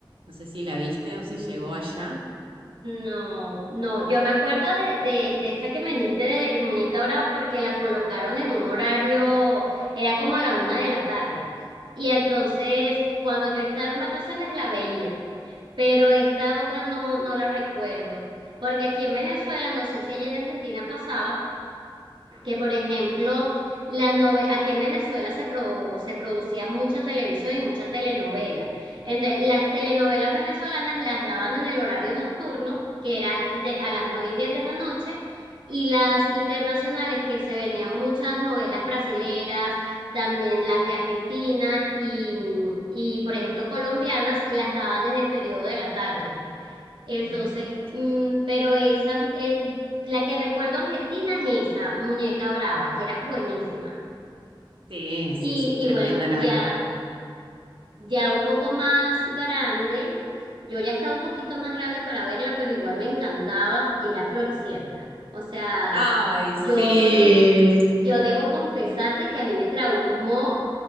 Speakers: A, on the right; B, on the right.
A: No sé si la viste o si
B: Mm.
A: llegó allá.
B: No, no, yo me acuerdo de, de, de esa que me dijiste de, de Muñeca Brava porque la colocaron en un horario, era como a la una de la tarde. Y entonces, cuando yo estaba en vacaciones la veía, pero esta otra no, no la recuerdo. Porque aquí en Venezuela, no sé si allá en Argentina pasaba, que por ejemplo, las nove- aquí en Venezuela se, produ- se producía mucha televisión y mucha telenovela. Entonces, las telenovelas venezolanas las daban en el horario nocturno, que era de a las 9 y 10 de la noche, y las internacionales, que se venían muchas novelas brasileras, también las de Argentina y, y por ejemplo, colombianas, las daban en el periodo de la tarde. Entonces,
A: Ah, claro.
B: mm, pero esa, eh, la que recuerdo argentina es esa, Muñeca Brava, que era buenísima.
A: Sí, sí,
B: Y,
A: sí, tremenda
B: y bueno,
A: novela.
B: ya, ya un poco más grande, yo ya estaba un poquito más grande para verla, pero igual me encantaba, era Floricienta. O sea,
A: Ay,
B: yo,
A: sí.
B: yo debo confesarte que a mí me traumó,